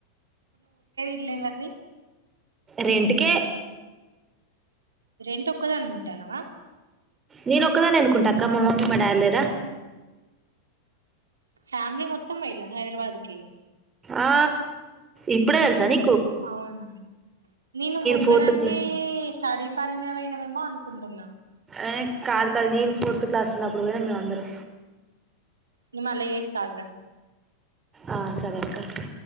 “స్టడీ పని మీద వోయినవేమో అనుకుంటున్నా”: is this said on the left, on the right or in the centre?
Right